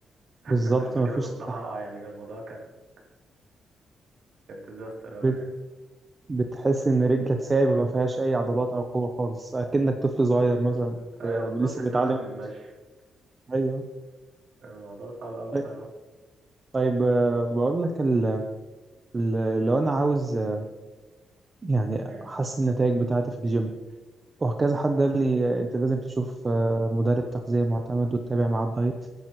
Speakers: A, on the right; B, on the right.
A: <laughs>
B: بالظبط
A: قبل
B: ما
A: كده
B: فيش
A: كنت هقع
B: تح...
A: يعني كان الموضوع كان كان ديزاستر قوي
B: بت...
A: يعني
B: بتحس إن رجلك سايبة ما فيهاش أي عضلات أو قوة خالص أكنك طفل صغير مثلا
A: ايوه
B: أو
A: بالظبط
B: لسه
A: لسه
B: بيتعلم
A: بتتعلم
B: إنك-
A: المشي
B: أيوه
A: الموضوع صعب قوي بصراحه
B: طيب طيب، آه، بقول لك ال... ال- لو أنا عاوز آه، يعني
A: امم
B: أحسن النتائج بتاعتي في الجيم وكذا حد قال لي انت لازم تشوف آه، مدرب تغذية معتمد وتتابع معاه الدايت